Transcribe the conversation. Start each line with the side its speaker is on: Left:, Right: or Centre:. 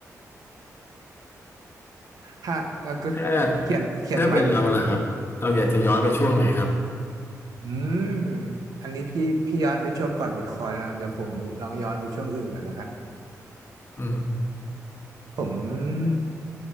Right: ถ้าเอ่อก็
Left: ถ้า
Right: เขียนเขียนมัน
Left: ถ้าเป็นเราล่ะครับเราอยากจะย้อนไปช่วงไหนครับ
Right: อืมอันนี้พี่พี่ย้อนไปช่วงก่อนบิตคอยน์นะเดี๋ยวผมลองย้อนไปช่วงอื่นก่อนแล้วกัน
Left: อืม
Right: ผม